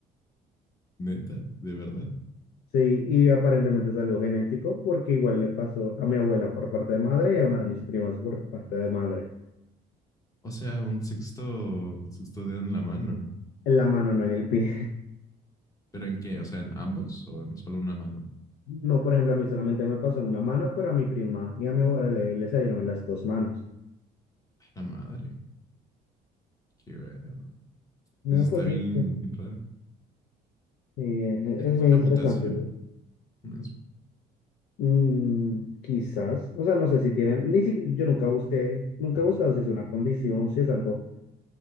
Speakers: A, on the left (about 20°); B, on the left (about 75°).
A: neta, de verdad.
B: Sí, y aparentemente es algo genético porque igual le pasó a mi abuela por parte de madre y a una de mis primas por parte de madre.
A: O sea, un sexto, sexto dedo en la mano.
B: En la mano, no en el pie. <laughs>
A: ¿Pero en qué? O sea, ¿en ambos o en solo una mano?
B: No, por ejemplo, a mí solamente me pasó en una mano, pero a mi prima y a mi abuela le, le salieron en las dos manos.
A: La madre, qué raro.
B: No,
A: Eso está
B: pues
A: bien
B: sí, eh,
A: raro.
B: sí, eh,
A: ¿Es
B: es bien
A: una
B: interesante.
A: mutación?
B: güey.
A: Es
B: Mm, quizás, o sea, no sé si tienen, ni si, yo nunca busqué, nunca he buscado si es una condición, si es algo